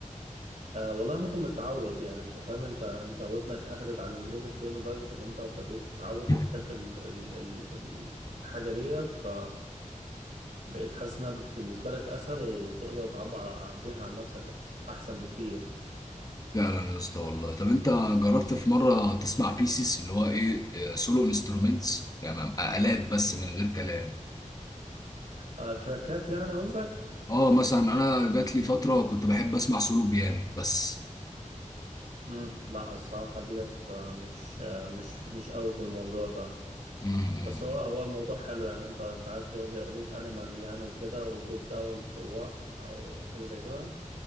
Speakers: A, on the right (about 75°); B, on the left (about 25°).
A: آه والله ممكن متعود يعني انت فاهم انت انت ودنك اخدت على الانجليزي كتير لدرجه ان انت بديت تتعود
B: ليه
A: وتحب ال ال ال ال- الحاجه ديت ف بقيت حاسس انها بت- بالنسبه لك اسهل وبتقدر تعبر ع- بيها عن نفسك احسن بكتير
B: فعلا يا اسطى والله طب انت جربت في مره تسمع بيسز اللي هو ايه سولو انسترومنتس يعني آلات بس من غير كلام
A: آه تراكات يعني قصدك
B: اه مثلا انا جات لي فتره كنت بحب اسمع سولو بيانو بس
A: امم لا الصراحه ديت آه، مش آه، مش مش قوي في الموضوع ده
B: امم
A: بس هو هو الموضوع حلو يعني انت انت عارف ليها زي اغنيه انيمال يعني وكده وجيت داون فور وات او حاجه زي كده